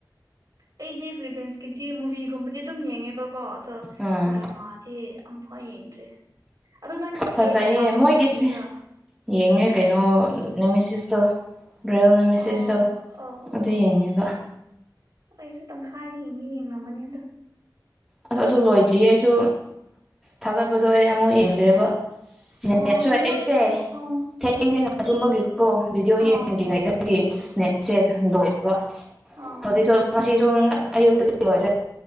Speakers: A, on the right; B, in the centre.
A: ꯑꯩꯗꯤ ꯐꯤꯂꯤꯚꯦꯟꯁꯀꯤꯗꯤ ꯃꯨꯚꯤꯒꯨꯝꯕꯗꯤ ꯑꯗꯨꯝ ꯌꯦꯡꯉꯦꯕꯀꯣ ꯑꯗꯣ
B: ꯎꯝ
A: ꯗ꯭ꯔꯃꯥꯗꯤ ꯑꯝ ꯍꯣꯏ ꯌꯦꯡꯗ꯭ꯔꯤ ꯑꯗꯣ ꯅꯪ
B: ꯐꯖꯩꯌꯦ
A: ꯀꯦꯗꯃꯥꯒꯨꯝꯕꯗꯤ
B: ꯃꯣꯏꯒꯤꯁꯦ
A: ꯌꯦꯡꯗ꯭ꯔꯥ
B: ꯌꯦꯡꯉꯦ ꯀꯩꯅꯣ ꯅꯦꯃꯦꯦꯁꯤꯁꯇꯣ <unintelligible> ꯃꯦꯁꯦꯖ
A: ꯑꯣ
B: ꯇꯣ
A: ꯑꯣ
B: ꯑꯗꯨ ꯌꯦꯡꯉꯦꯕꯥ
A: ꯑꯩꯁꯨ ꯇꯪꯈꯥꯏ ꯍꯡꯒꯦ ꯌꯦꯡꯉꯝꯃꯅꯤ ꯑꯗꯣ
B: ꯑꯁ ꯑꯗꯨ ꯂꯣꯏꯗ꯭ꯔꯤ ꯑꯩꯁꯨ ꯊꯥꯒꯠꯄꯗꯣ ꯑꯩ ꯑꯃꯨꯛ ꯌꯦꯡꯗ꯭ꯔꯦꯕ
A: ꯑꯣ
B: ꯅꯠ ꯁꯣꯏ
A: ꯃꯣꯏ
B: ꯑꯩꯁꯦ
A: ꯑꯣ
B: ꯊꯦꯡ
A: ꯎꯝ
B: ꯊꯦꯡꯉ ꯑꯗꯨꯨꯝꯝꯕꯒꯤꯀꯣ ꯚꯗꯤꯑꯣ
A: ꯑꯣ
B: ꯌꯦꯡꯗ꯭ꯔꯤꯉꯩꯗꯒꯤ ꯅꯆꯦ ꯂꯣꯏꯕ
A: ꯑꯣ
B: ꯍꯧꯖꯤꯛꯁꯨ ꯉꯁꯤ <unintelligible> ꯑꯌꯨꯛꯇꯒꯤ ꯂꯣꯏꯈꯦ